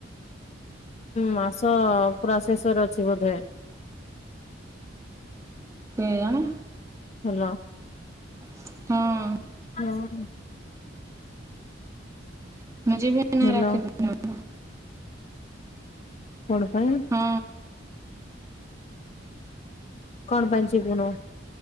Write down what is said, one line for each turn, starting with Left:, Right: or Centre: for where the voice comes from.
Left: ମାସ ପୁରା ଶେଷରେ ଅଛି ବୋଧେ।।
Right: ସେ ଜାଣି
Left: ହଲୋ?
Right: ହଁ।
Left: ହଁ।
Right: <inaudible>
Left: ହଲୋ।
Right: ପୂର୍ଣ୍ଣିମାକୁ
Left: କଣ ପାଇଁ?
Right: ହଁ।
Left: କଣ ପାଇଁଜିବୁନୁ?